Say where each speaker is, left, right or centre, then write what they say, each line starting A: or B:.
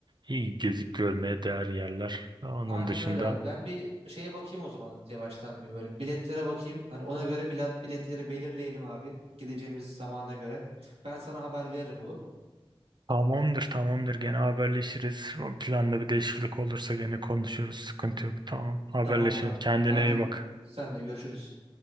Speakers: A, on the right; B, on the right.
A: iyi gezip görmeye değer yerler. Onun
B: Aynen
A: dışında
B: öyle abi. Ben bir şeye bakayım o zaman yavaştan bir böyle biletlere bakayım. Hani ona göre bilet biletleri belirleyelim abi. Gideceğimiz zamana göre. Ben sana haber veririm olur mu?
A: tamamdır tamamdır gene haberleşiriz. O planda bir değişiklik olursa gene konuşuruz. Sıkıntı yok. Tamam haberleşelim.
B: Tamamdır.
A: Kendine
B: Hadi
A: iyi bak.
B: sen de görüşürüz.